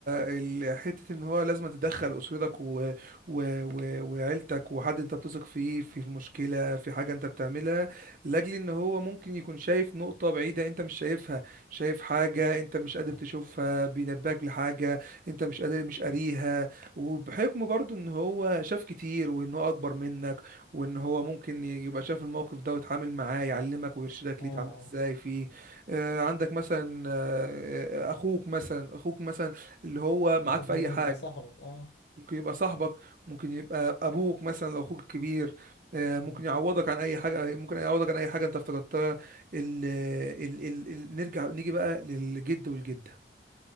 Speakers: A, on the right; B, on the left.
A: ال- حتة ان هو لازم تدخل اسرتك و... و... و... وعيلتك وحد انت بتثق فيه في في مشكلة في حاجة انت بتعملها لاجل ان هو ممكن يكون شايف نقطة بعيدة انت مش شايفها شايف حاجة انت مش قادر تشوفها بينبهك لحاجة انت مش قادر مش قاريها وبحكم برضو ان هو شاف كتير وان هو اكبر منك وان هو ممكن يبقى شاف الموقف ده ويتعامل معاه يعلمك ويرشدك
B: اه
A: ليه تعمل
B: اه
A: ازاي فيه آه، عندك مثلا آه، اخوك مثلا اخوك مثلا اللي هو معاك
B: اخوك
A: في
B: ممكن
A: اي حاجه
B: يبقى صاحبك اه
A: ممكن يبقى صاحبك ممكن يبقى ابوك مثلا لو اخوك كبير آه، ممكن
B: مم.
A: يعوضك عن اي حاجه ممكن يعوضك عن اي حاجه انت افتقدتها ال ال ال ال نرجع نيجي بقى للجد والجده